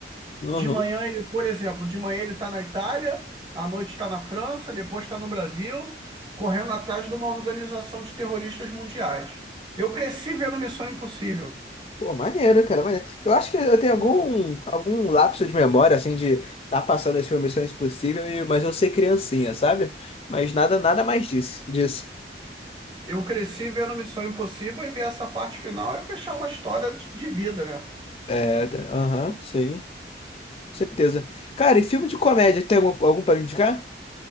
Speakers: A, on the left; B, on the right.
A: Uhum.
B: De manhã, ele, por exemplo, de manhã ele está na Itália, à noite está na França, depois está no Brasil, correndo atrás de uma organização de terroristas mundiais. Eu cresci vendo Missão Impossível.
A: Pô, maneiro, cara, maneiro. Eu acho que eu tenho algum, algum lapso de memória, assim, de tá passando esse filme Missão Impossível, e, mas eu ser criancinha, sabe? Mas nada, nada mais disso, disso.
B: Eu cresci vendo Missão Impossível e ver essa parte final é fechar uma história de de vida, né?
A: É, tá- aham, sim, certeza. Cara, e filme de comédia, tem algum, algum pra me indicar?